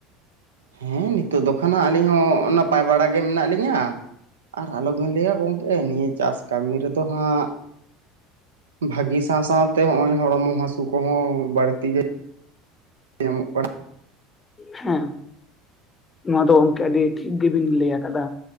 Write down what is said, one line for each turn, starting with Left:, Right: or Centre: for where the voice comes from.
Right: ᱦᱮᱸ ᱱᱤᱛᱚᱜ ᱫᱚ ᱠᱷᱟᱱ ᱦᱟᱸᱜ ᱟᱹᱞᱤᱧ ᱦᱚᱸ ᱱᱟᱯᱟᱭ ᱵᱟᱲᱟ ᱜᱮ ᱢᱮᱱᱟᱜ ᱞᱤᱧᱟ᱾ ᱟᱨ ᱟᱞᱚᱵᱤᱱ ᱞᱟᱹᱭᱟ ᱜᱚᱝᱠᱮ ᱱᱤᱭᱟᱹ ᱪᱟᱥ ᱠᱟᱹᱢᱤ ᱨᱮᱫᱚ ᱦᱟᱸᱜᱼᱼ ᱵᱷᱟᱹᱜᱤ ᱥᱟᱶ ᱥᱟᱶᱛᱮ ᱱᱚᱜ ᱚᱭ ᱦᱚᱲᱢᱚ ᱦᱟᱥᱩ ᱠᱚᱦᱚᱸ ᱵᱟᱹᱲᱛᱤ ᱜᱮᱼᱼ ᱮᱢ ᱠᱚᱨᱮᱱᱟᱜ <inaudible>
Left: ᱦᱮᱸ ᱱᱚᱣᱟ ᱫᱚ ᱜᱚᱢᱠᱮ ᱟᱹᱰᱤ ᱴᱷᱤᱠ ᱜᱤᱵᱤᱱ ᱞᱮᱭ ᱟᱠᱟᱫᱟ᱾